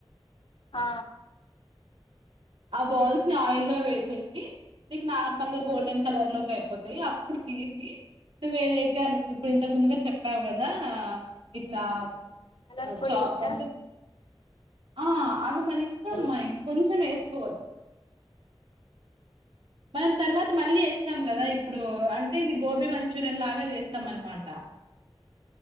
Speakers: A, on the left; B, on the right.
A: ఆ
B: ఆ బాల్స్ ని ఆయిల్లో వేసేసి నీక్ నార్మల్ గా గోల్డెన్ కలర్ లోకి అయిపోతయి అప్పుడు తీసి నువ్ ఏదైతే అన్ ఇప్పుడు ఇంతకు ముందుగా చెప్పావు గదా ఇట్లా
A: కలర్
B: ఆ,
A: ఫుడ్
B: చా
A: ఇక్కా
B: అంటే ఆ అవి మన ఇష్టం
A: ఎలా
B: మై కొంచెం ఏసుకోవచ్చు మనం తర్వాత మళ్ళీ ఏస్తాం గదా ఇప్పుడూ అంటే ఇది గోబీ మంచూరియన్ లాగా జేస్తం అన్మాట